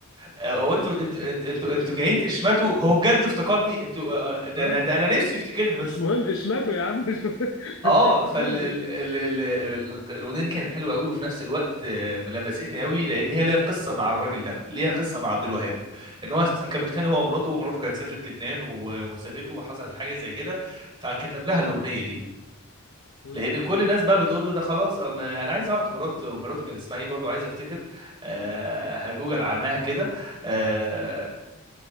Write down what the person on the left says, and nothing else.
حصل
<laughs>
اه
مش
مهم اشمته يا عم مش مهم. <laughs>
بس يفتكرني
مم.
مم.
مم.
طيب